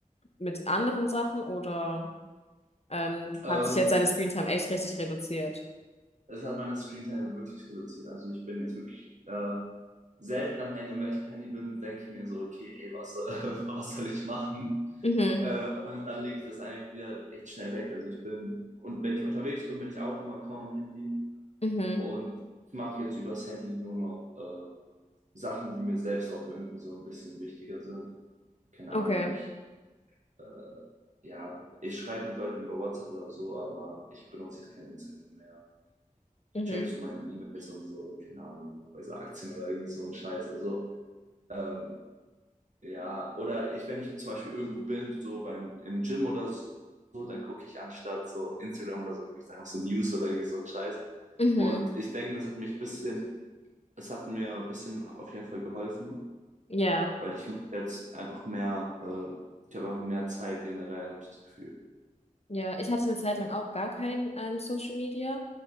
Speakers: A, on the left; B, on the right.
A: mit anderen Sachen oder ähm,
B: Ähm,
A: hat sich jetzt deine Screentime echt richtig reduziert?
B: es hat meine Screentime wirklich reduziert. Also ich bin jetzt wirklich äh, selten am Handy. Und wenn ich am Handy bin, denke ich mir so, okay, ey, was, äh, <laughs> was soll ich machen?
A: Mhm,
B: Äh, und dann lege ich das eigentlich wieder echt schnell weg. Also ich bin, und wenn ich unterwegs bin, bin ich auch immer kaum am Handy.
A: mhm,
B: Und ich mache jetzt übers Handy nur noch äh, Sachen, die mir selbst auch irgendwie so ein bisschen wichtiger sind. keine
A: okay,
B: Ahnung, ich, äh, ja, ich schreibe mit Leuten über WhatsApp oder so, aber ich benutze jetzt kein Instagram mehr.
A: mhm,
B: Checkst du meine E-Mails und so, keine Ahnung, bei so Aktien oder irgendwie so ein Scheiß. Also, ähm, ja, oder ich, wenn ich jetzt zum Beispiel irgendwo bin, so beim, im Gym oder so, dann gucke ich anstatt so Instagram oder so, gucke ich einfach so News oder irgendwie so ein Scheiß.
A: mhm,
B: Und ich denke, das hat mich ein bisschen, es hat mir ein bisschen auf jeden Fall geholfen,
A: ja,
B: weil ich mich jetzt einfach mehr, äh, ich habe einfach mehr Zeit generell, habe ich das Gefühl.
A: ja. Ich hatte eine Zeit lang auch gar kein ähm, Social Media.